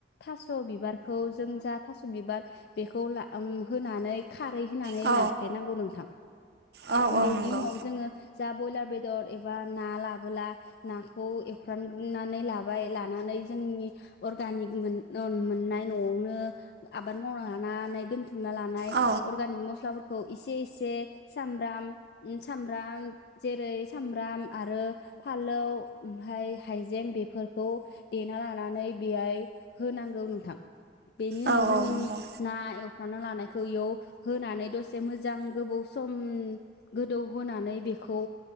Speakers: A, on the left; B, on the right.
A: थास' बिबारखौ जों जा थास' बिबार बेखौ ला होनानै खा फ्रै होनानै
B: औ
A: नाफ्ले नांगौ नोंथां
B: औ औ
A: बेनि
B: नंगौ
A: उनाव जोङो जा ब्रयलार बेदर एबा ना लाबोला नाखौ एवफ्राननानै लाबाय लानानै अर्गानिक मोननाय न'आवनो आबाद मावनो हानाय दोन दोनथुमना लानाय
B: औ
A: अर्गानिक मस्लाफोरखौ खौ इसे इसे सामब्राम सामब्राम जेरै सामब्राम आरो फालौ ओमफाय हायजें बेफोरखौ देना लानानै बेहाय होनांगौ नोंथां बेनि उनाव
B: औ
A: जोंनि
B: औ नंगौ
A: ना एव संना लानायखौ इयाव होनानै दसे मोजां गोबौ सम गोदौ होनानै बेखौ